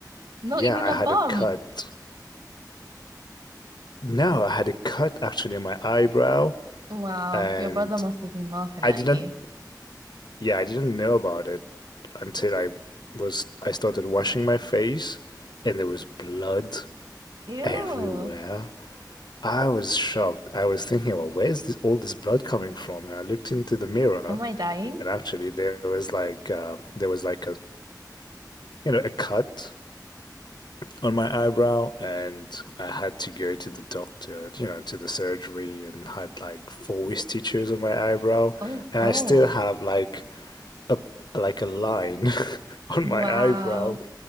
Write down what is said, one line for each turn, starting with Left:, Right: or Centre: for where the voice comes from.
Right: Not
Left: Yeah,
Right: even
Left: I
Right: a
Left: had
Right: bump.
Left: a cut. No, I had a cut actually in my eyebrow
Right: Wow,
Left: and
Right: your brother must have been laughing
Left: I
Right: at
Left: didn't
Right: you.
Left: Yeah, I didn't know about it until I was I started washing my face and there was blood
Right: Ew.
Left: everywhere. I was shocked. I was thinking, well, where's this all this blood coming from? And I looked into the mirror
Right: Am I dying?
Left: and actually there was like uh, there was like a you know a cut on my eyebrow and I had to go to the doctor, you know, to the surgery and had like four stitches on my eyebrow
Right: Oh
Left: and
Right: God.
Left: I still have like a like a line <laughs> on
Right: Wow.
Left: my eyebrow